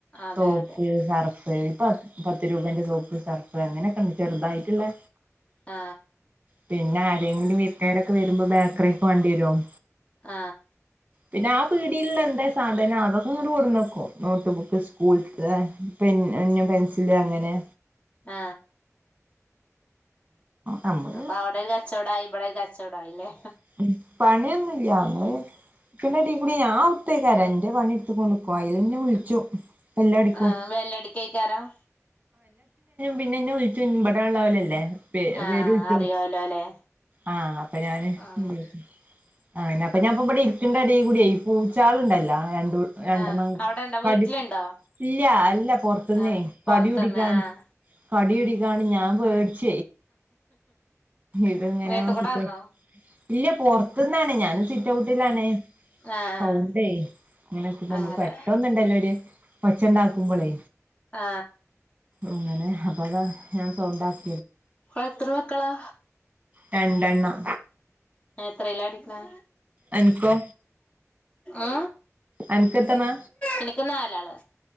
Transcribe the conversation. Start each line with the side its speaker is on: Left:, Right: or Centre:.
Left: അതെ
Right: തോക്ക്
Left: അതെ
Right: കർ <unintelligible> പത് പത്ത് രൂപന്റെ സോപ്പ് സർഫ് അങ്ങനെക്കെണ് ചെറുതായിട്ടിള്ളെ
Left: ആ
Right: പിന്നെ ആരെങ്കിലും വീട്ട്കാരൊക്കെ വരുമ്പോ ബേക്കറി പോകേണ്ടി വരും
Left: ആ
Right: പിന്നെ ആ പീടില്ള്ള എന്താ സാധനം അതൊക്കെ ഇങ്ങ്ട് കൊടുന്നക്കും. നോട്ട് ബുക്ക്, സ്കൂൾതെ പെന്ന്, പെൻസില് അങ്ങനെ
Left: ആ
Right: നമ്മള്
Left: അപ്പൊ അവ്ടൊരു കച്ചോടായി ഇബടൊരു കച്ചോടായിലേ
Right: <unintelligible> പണിയൊന്നുംല്ലാ. നമ്മളീ ഇതിന്റെടീ കുടി ഞാ ഔത്തേകാരം ഇന്റെ പണി ഇടുത്തു കൊണ്ട്ക്കും അയില്ന്നെ വിളിച്ചും ബെല്ലടിക്കും
Left: ആഹ് ബെല്ലടിക്കെക്കാരം
Right: പിന്നെന്നെ വിളിച്ചു ഇമ് മ്പട എള്ളവലല്ലേ പേ
Left: ആഹ്
Right: പേര് വിളിച്ചോ
Left: അറിയോലോല്ലേ
Right: ആഹ് അപ്പൊ ഞാന്
Left: ആഹ്
Right: ഉം <unintelligible> ഇവിടെ ഇരികണ്ട എടി കൂടി പൂച്ചാളുണ്ടല്ല രണ്ട് രണ്ടെണം
Left: ആഹ് അവിടെണ്ടോ
Right: കടി
Left: വീട്ടിലുണ്ടോ
Right: ഇല്ല അല്ല പൊറത്തന്നെ
Left: ആഹ്
Right: കടി
Left: പൊറത്ത്ന്ന്
Right: കുടിക്കാൻ
Left: ആഹ്
Right: കടി കുടിക്കാണ് ഞാൻ പേടിച്ച് ഇതെങ്ങനെ
Left: മേത്തുകൂടെ
Right: സിറ്റൗ
Left: വന്നോ
Right: ഇല്ല പുറത്തുന്നാണ് ഞാന് സിറ്റ് ഔട്ടിലാണ്
Left: ആഹ്
Right: സൗണ്ടേ ഇങ്ങനൊക്ക
Left: അങ്ങനെ
Right: പെട്ടന്നിണ്ടല്ലോ <unintelligible> ഒച്ച എണ്ടാക്കുമ്പോളേ
Left: ആ
Right: അങ്ങനെ അപ്പ അത് ഞാൻ സൗണ്ടാക്
Left: എത്ര മക്കളാ
Right: രണ്ടെണ്ണം
Left: എത്രേല്ല ടിക്കണേ
Right: അനക്കോ
Left: ആ
Right: അനക്ക് എത്രണ്ണാ
Left: എനിക്ക് നാലാള്